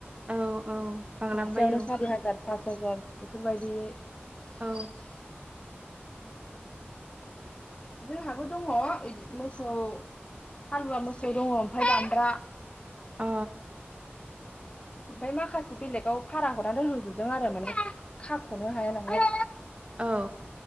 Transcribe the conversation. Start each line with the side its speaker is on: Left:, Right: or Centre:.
Right: औ औ बांलांबाय
Left: मासेयावनो
Right: औ
Left: सारि हाजार फास हाजार बेफोर बायदियै
Right: औ।
Left: जोंहाबो दङ' इदि मोसौ हालुवा मोसौ दङ' ओमफ्राय दामब्रा
Right: अ।
Left: ओमफफ्राय माखासे बेलेगाव भारा हरनानै दोनहरजोबदों आरो माने खाख'नो हाया नालाय
Right: औ